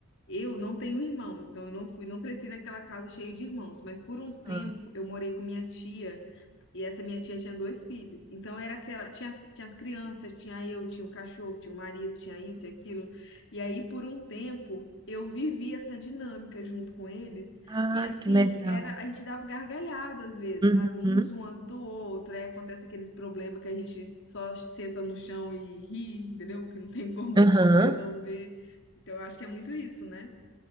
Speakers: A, on the left (about 60°); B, on the right (about 20°).
A: Eu não tenho irmãos, então eu não fui, não cresci naquela casa cheia de irmãos, mas por um tempo
B: Aham.
A: eu morei com minha tia e essa minha tia tinha dois filhos. Então era aquela, tinha, tinha as crianças, tinha eu, tinha um cachorro, tinha um marido, tinha isso e aquilo. E aí por um tempo eu vivi essa dinâmica junto com eles
B: Ah,
A: e assim,
B: que legal.
A: era a gente dava gargalhada às vezes,
B: Uhum.
A: sabe? Um zoando do outro, aí acontece aqueles problemas que a gente só senta no chão e ri, entendeu? Que não tem como
B: Aham.
A: <laughs> resolver. Então eu acho que é muito isso, né?